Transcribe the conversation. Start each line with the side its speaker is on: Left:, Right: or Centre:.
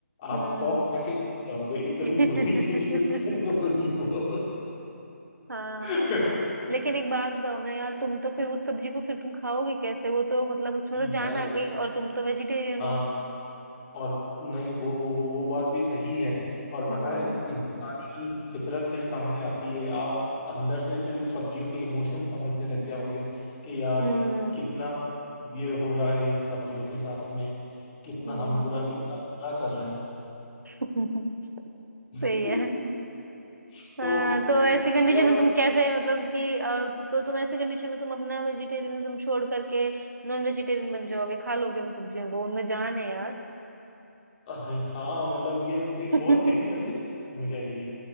Left: आप
Right: हम्म
Left: खौफ खा के गिर जाओगे इतनी
Right: <laughs>
Left: बुरी <laughs> सिचुएशन होगी वो
Right: हाँ
Left: <laughs>
Right: लेकिन एक बात बताओ ना यार तुम तो फिर उस सब्जी को फिर तुम खाओगे कैसे वो तो मतलब उसमें
Left: यार
Right: तो जान आ गई और तुम तो वेजिटेरियन
Left: हाँ
Right: हो
Left: और नहीं वो वो वो वो बात भी सही है और
Right: हम्म
Left: पता है इंसानी फितरत फिर सामने आती है आप अंदर से फिर सब्जियों के इमोशन समझने लग जाओगे कि यार
Right: हम्म
Left: कितना ये हो रहा है इन सब्जियों के साथ में कितना
Right: हम्म।
Left: हम बुरा कितना बुरा कर रहे हैं
Right: <laughs> सही
Left: <laughs>
Right: है हाँ
Left: तो
Right: तो
Left: it-
Right: ऐसी कंडीशन
Left: मतलब
Right: में तुम कैसे मतलब कि अ, तो तुम ऐसी कंडीशन में तुम अपना वेजिटेरियनिज्म छोड़ करके नॉन वेजिटेरियन बन जाओगे खा लोगे उन सब्जियों को उनमें जान है यार
Left: ये- हाँ मतलब ये एक
Right: <laughs>
Left: बहुत टिपिकल सिचुएशन हो जाएगी